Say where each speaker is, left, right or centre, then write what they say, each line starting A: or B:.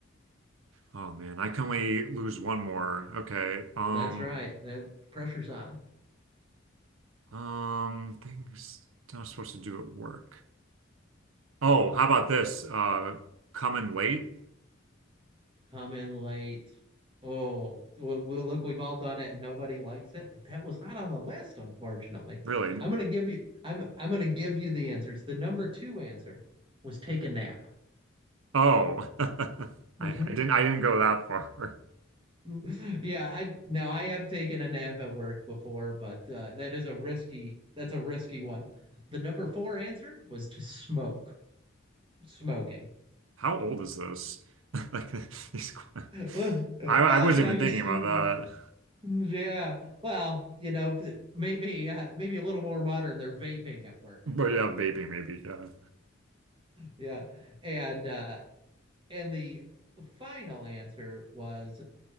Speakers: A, on the right (about 90°); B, on the right (about 25°).
A: Oh man, I can only lose one more. Okay. Um,
B: That's right. That pressure's on.
A: um, things not supposed to do at work. Oh, how about this? Uh, coming late?
B: come in late. Oh, well, we look, we've all done it and nobody likes it, but that was not on the list, unfortunately.
A: Really?
B: I'm gonna give you I'm I'm gonna give you the answers. The number two answer was take a nap.
A: Oh, <laughs> I,
B: <laughs>
A: I didn't. I didn't go that far.
B: Mhm. Yeah, I now I have taken a nap at work before, but uh, that is a risky that's a risky one. The number four answer was to smoke, smoking. <laughs>
A: <laughs> How old is this? <laughs> Like these. que-
B: Well,
A: I I wasn't
B: you know,
A: even
B: you
A: thinking
B: st-
A: about that.
B: Mm, Yeah. Well, you know, maybe uh, maybe a little more modern. They're vaping at work.
A: But yeah, vaping maybe. Yeah.
B: Yeah. And uh and the final answer was